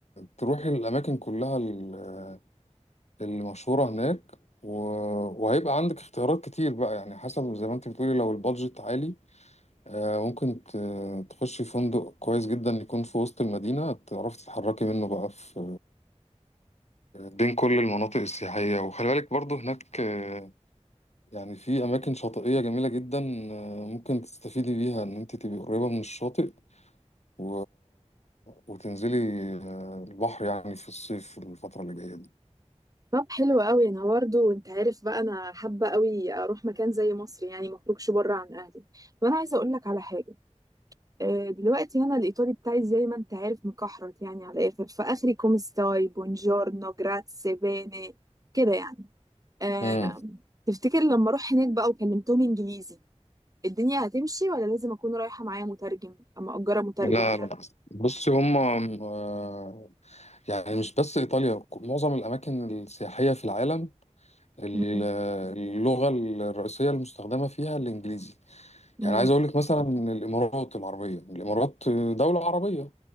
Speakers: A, on the left; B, on the right.
A: تروحي الاماكن كلها ال- اللي مشهورة هناك و... وهيبقى عندك اختيارات كتير بقى يعني حسب زي ما انت بتقولي لو البادجت عالي آه، ممكن ت... تخشي فندق كويس جدا يكون في وسط المدينة تعرفي تتحركي منه بقى في آه، بين كل المناطق السياحية وخلي بالك برضه هناك آه، يعني في أماكن شاطئية جميلة جدا آه، ممكن تستفيدي بيها إن أنت تبقي قريبة من الشاطئ و... وتنزلي آه، البحر يعني في الصيف الفترة اللي جاية دي
B: طب حلو قوي انا برضه انت عارف بقى انا حابه قوي اروح مكان زي مصر يعني ما اخرجش بره عن اهلي وانا عايزه اقول لك على حاجه آه، دلوقتي انا الايطالي بتاعي زي ما انت عارف مكحرت يعني على الاخر فاخري كومستاي بونجورنو جراتسي بيني كده يعني آه،
A: مم.
B: تفتكر لما اروح هناك بقى وكلمتهم انجليزي الدنيا هتمشي ولا لازم اكون رايحه معايا مترجم اما اجره مترجم
A: لا
B: يعني
A: لا بصي هم آه، يعني مش بس إيطاليا معظم الأماكن السياحية في العالم ال-
B: مم.
A: اللغة الرئيسية المستخدمة فيها الإنجليزي
B: امم
A: يعني عايز أقول لك مثلا إن الإمارات العربية الإمارات دولة عربية